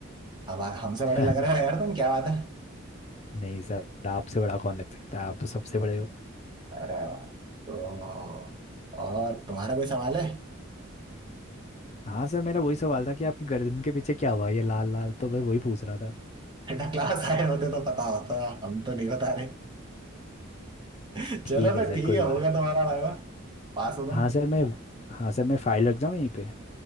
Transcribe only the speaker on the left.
<laughs>
नहीं सर आपसे बड़ा कौन लग सकता है आप तो सबसे बड़े हो
हाँ सर मेरा वही सवाल था कि आपकी गर्दन के पीछे क्या हुआ ये लाल लाल तो मैं वही पूछ रहा था
ठीक
है
सर
कोई
बात
हाँ सर मैं हाँ सर मैं फाइल रख जाऊँ यहीं पे